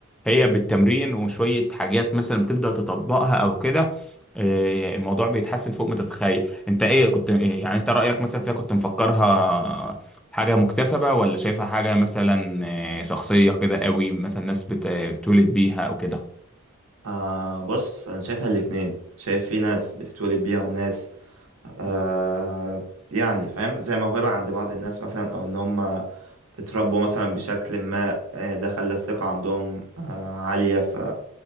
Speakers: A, in the centre; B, on the right.
A: هي بالتمرين وشوية حاجات مثلا بتبدأ تطبقها او كده آه، الموضوع بيتحسن فوق ما تتخيل انت ايه كنت إيه يعني انت رأيك مثلا فيها كنت مفكرها حاجة مكتسبة ولا شايفها حاجة مثلا آه، شخصية كده قوي مثلا ناس بت- بتولد بيها او كده
B: آه، بص انا شايفها الاتنين شايف في ناس بتتولد بيها وناس آه يعني فاهم زي موهبة عند بعض الناس مثلا أو إن هم اتربوا مثلا بشكل ما آه، ده خلى الثقة عندهم آه، عالية ف